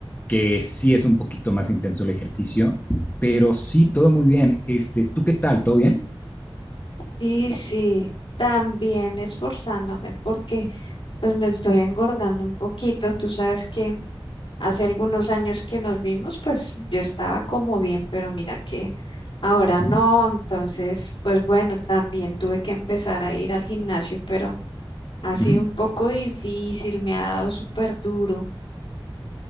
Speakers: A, on the left (about 20°); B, on the left (about 70°).
A: que sí es un poquito más intenso el ejercicio, pero sí, todo muy bien. Este, ¿tú qué tal? ¿Todo bien?
B: Sí, sí, también esforzándome porque pues me estoy engordando un poquito. Tú sabes que hace algunos años que nos vimos, pues yo estaba como bien, pero mira que ahora no.
A: Uh -huh.
B: Entonces, pues bueno, también tuve que empezar a ir al gimnasio, pero ha sido
A: Uh -huh.
B: un poco difícil, me ha dado súper duro.